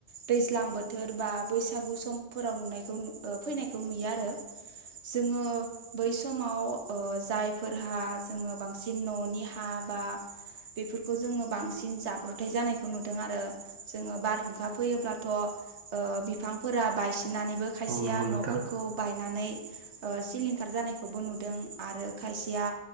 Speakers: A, on the right (about 70°); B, on the right (about 90°).
A: दैज्लां बोथोर बा बैसागु समफोराव नुनायखौ ओ फैनायखौ नुयो आरो। जोङो बै समाव ओ जायफोरहा जोङो बांसिन न'नि हा बा बेफोरखौ जोङो बांसिन जाब्रथाय जानायखौ नुदों आरो जोङो बारहुंखा फैयोब्लाथ ओ बिफांफोरा बायसिननानैबो खायसेया
B: औ नंगौ
A: न'फोरखौ
B: नोंथां
A: बायनानै ओ सिलिंखार जानायखौबो नुदों आरो खायसेया